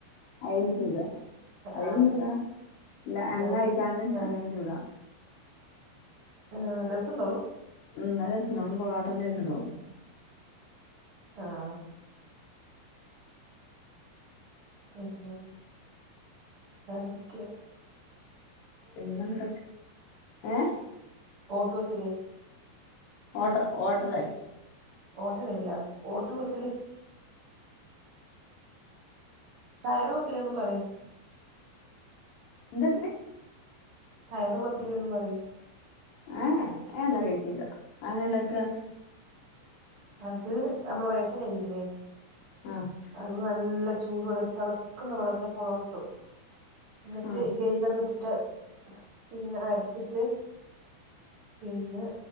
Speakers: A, on the left; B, on the right.
A: അയ്ല് ചുടാ.. അതിലും
B: ആ
A: ചുടാ പിന്നെ എണ്ണ
B: ആ
A: ഒയിച്ചാണ്ട്
B: ആ
A: അങ്ങനിം ചുടാ..
B: ആഹാ രസണ്ടോ അഹ്?
A: ഉംഹ് നല്ല രസണ്ടാവും നമ്മളെ പൊറാട്ടന്റെ മാരിക്ക്ണ്ടാവും
B: ആഹാ പിന്നെ വേറെന്തെക്കെയാ
A: ഇന്നെന്തൊക്കെ ഏഹേ
B: ഓട്ടു പത്തില്
A: ഓട്ട ഓട്ടടെ?
B: ഓട്ടടയല്ല ഓട്ടുപത്തില് ടയറ്പത്തിലെന്നും പറയും
A: എന്ത് ത്തിരി?
B: ടയറ് പത്തല്ന്നും പറയും
A: ഹേ ഹേ അഹ് വെല്ലാ കേട്ടീല്ല അഹെങ്ങനെണ്ടാക്കാ?
B: അത് നമ്മളെ റേഷനരില്ലേ?
A: ആഹ്
B: അത് നല്ല ചൂട് വെളത്ത ത്ളക്കുന്ന വെള്ളത്തിൽ പോതർത്തും എന്നിട്ട്
A: ആഹ്
B: ഗെയിന്ററിലിട്ടിട്ട് പിന്ന അരച്ചിട്ട് പിന്നെ